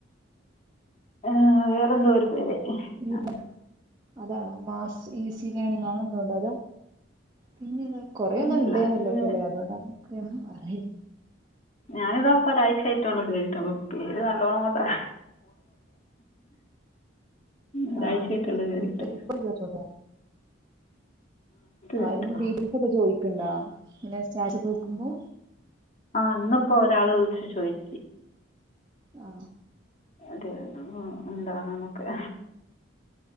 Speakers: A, on the left; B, on the right.
A: ആ വേറെന്തൊരു പേര്
B: ഈ-
A: ആ
B: അതാണോ മാസ് ഈസി ലേണിംങ്‌ അങ്ങനെന്തോണ്ടാലൊ പിന്നെ കൊറെ
A: അതല്ല
B: ഒന്നും ഉണ്ടന്നല്ല
A: ഇത്
B: ഇപ്പല്ലേ അതോട ഒന്നും അയില്ല
A: ഞാൻ ഇതാ പ്പോരാഴ്ച്ച അപ്പൊ പേര് നല്ലോണ്ണം കൊണ്ടാ ഒരായിച്ചായിട്ടുള്ളു
B: ആ
A: കെറിട്ട്
B: ഫുഡ് ഇപ്പൊ കേട്ടോളൂ
A: കേട്ടോ
B: ആരേലും ഡീറ്റൽസൊക്കെ ചോയ്ക്കണ്ടാ പിന്നെ സ്റ്റാറ്റേസ് വെക്കുമ്പോ
A: അ ന്നിപ്പോ ഒരാള് വിളിച്ചു ചോദിച്ചി
B: ആ
A: ഒരു എന്താണ്ന്നൊക്കെ